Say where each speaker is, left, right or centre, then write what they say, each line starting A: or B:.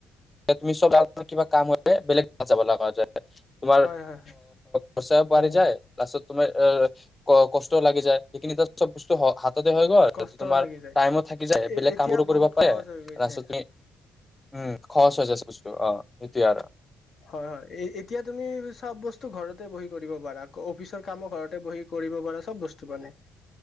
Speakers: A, on the left; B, on the left.
A: তুমি চব আৰু কিবা কাম বেলেগ যাব লগা যায়। তোমাৰ
B: হয় হয় হয়
A: খৰচ বাঢ়ি
B: হয় হয়
A: যায় তাৰপিচত, তুমাৰ এ ক কষ্ট লাগি যায় সেইখিনিতিাত চব বস্তু হৈ গল
B: কষ্টও
A: তোমাৰ
B: লাগি যায়
A: টাইমত থাকি যায়
B: এ
A: বেলেগ
B: এতিয়া
A: কাম বোৰো কৰিব
B: বহুত
A: পাৰে
B: সহজ হৈ গৈছে
A: তাৰপিচত তুমি উম, খচজ হৈছে বস্তু, অ সেইটোয়ে আৰু
B: হয়-হয় এতিয়া তুমি চব বস্তু ঘৰতে বহি কৰিব পাৰা অফিচৰ কামো ঘৰতে বহি কৰিব পাৰা চব বস্তু মানে।